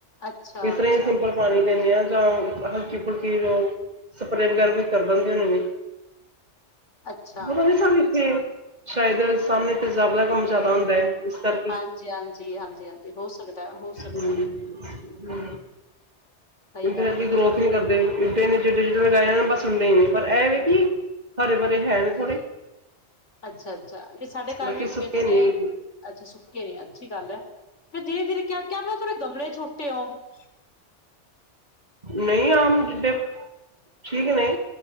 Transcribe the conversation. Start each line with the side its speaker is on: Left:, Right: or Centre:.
Left: ਅੱਛਾ
Right: ਇਸ ਤਰ੍ਹਾਂ
Left: ਅੱਛਾ
Right: ਹੀ ਸਿੰਪਲ ਪਾਣੀ ਦਿੰਦੇਂ ਹਾਂ। ਜਾਂ ਹਲਕੀ ਫੁਲਕੀ ਜ਼ੋ ਸਪ੍ਰੇ ਵਗ਼ੈਰਾ ਵੀ ਕਰ ਦਿੰਦੇਂ ਹੋਣੇਂ ਨੇ।
Left: ਅੱਛਾ
Right: ਬਣਾਉਂਣੀ ਸਾਂ ਵਿੱਚੇ। ਸ਼ਾਇਦ ਸਾਹਮਣੇਂ ਤੇ। ਸਾਬ ਦਾ ਕੰਮ ਜ਼ਿਆਦਾ ਹੁੰਦਾਂ ਹੈ। ਇਸ ਕਰਕੇ।
Left: ਹਾਂਜੀ ਹਾਂਜੀ ਹਾਂਜੀ ਹਾਂਜੀ ਹੋ ਸਕਦਾ ਹੋ
Right: ਹੂੰ,
Left: ਸਕਦਾ
Right: ਹੂੰ
Left: ਸਹੀ
Right: ਇਹਦੇ
Left: ਗੱਲ
Right: ਕਰਕੇ
Left: ਹੈ
Right: ਗਰੋਥ ਨੀਂ ਕਰਦੇਂ ਹੈਗੇ। ਇਡੇ ਨੇਂ ਜਿਡੇ ਜਿਡੇ ਮੈਂ ਲਗਾਏ ਬਸ ਓਨੇ ਹੀ ਨੇਂ ਪਰ ਐਹ ਵੀ ਕਿ ਹਰੇ ਬੜੇ ਹੈਂ ਨੇਂ ਥੋੜੇ।
Left: ਅੱਛਾ ਅੱਛਾ। ਤੇ ਸਾਡੇ ਘਰ
Right: ਬਾਕੀ
Left: ਵੀ ਉੱਗੇ
Right: ਸੁੱਕੇ
Left: ਦੇ ਨੇਂ।
Right: ਨਹੀਂ
Left: ਅੱਛਾ ਸੁੱਕੇ ਨੀਂ ਅੱਛੀ ਗੱਲ ਹੈ। ਫ਼ਿਰ ਧੀਰੇ ਧੀਰੇ ਕਿਆ ਕਿਹਾਂ <unintelligible> ਮੈਂ ਥੋੜੇ ਗਮਲੇ ਚ। ਟੁੱਟਿੲੌ। <unintelligible>
Right: ਨਹੀਂ ਆਮ ਜਿਡੇ ਠੀਕ ਨੇਂ।